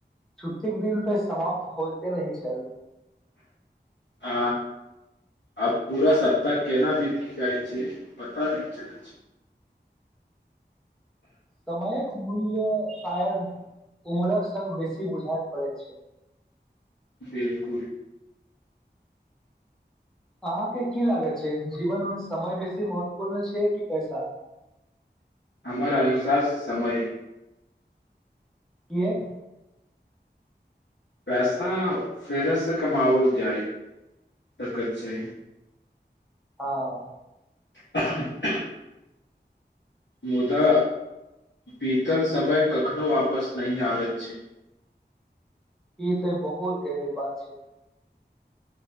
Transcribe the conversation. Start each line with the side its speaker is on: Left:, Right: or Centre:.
Centre: छुट्टीके दिन तऽ समाप्त होइते नहि छल
Left: आ आब पूरा सप्ताह केना बीत जाइ छै पता नहि चलै छै
Centre: समयके मूल्य शायद उम्रक संग बेसी बुझाएत पड़ै छै
Left: बिलकुल
Centre: अहाँके की लागैत छै जीवन मे समय बेसी महत्वपूर्ण छै कि पैसा
Left: हमर अनुसार समय
Centre: कियक
Left: पैसा फेरसँ कमाएल जाइ सकैत छै
Centre: हँ
Left: <inaudible> मुदा बीतल समय कखनो वापस नहि आबैत छै
Centre: ई त बहुत गहिर बात छै